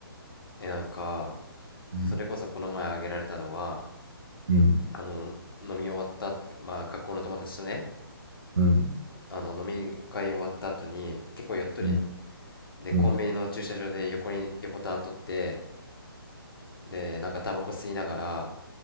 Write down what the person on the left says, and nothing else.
えなんか
それこそこの前あげられたのは
あの飲み終わった後まあ学校の友達とね
あの飲み会終わった後に結構酔っとるやん
でコンビニの駐車場で横に横たわっとって
でなんかタバコ吸いながら